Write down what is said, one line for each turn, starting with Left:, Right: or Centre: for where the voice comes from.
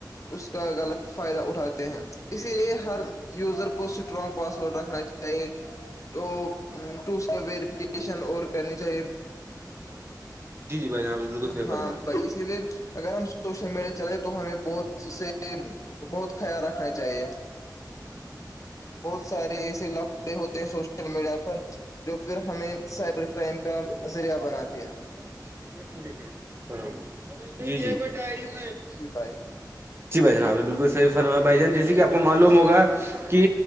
Left: اس کا غلط فائدہ اٹھاتے ہیں اسی لیے ہر یوزر کو اسٹرانگ پاسورڈ رکھنا چاہیے توٹ کا ویریفکیشن اور کرنی چاہیے
Right: ہاں جی جی بھائی جان آپ نے بالکل صحیح
Left: ہاں
Right: فرمایا
Left: بھائی اسی لیے اگر ہم سوشل میڈیا چلے تو ہمیں بہت سے بہت خیال رکھنا چاہیے بہت سارے ایسے لاپڑے ہوتے ہیں سوشل میڈیا پر جو پھر ہمیں سائبر کرائم کا
Right: م
Left: ذریعہ بناتی ہے
Right: میں پور کر <unintelligible>
Left: جی بھائی
Right: جی بھائی جان آپ بالکل صحی فرما بھ جان جیس
Left: جی
Right: کہ آپ کو معلوم ہوگا کہ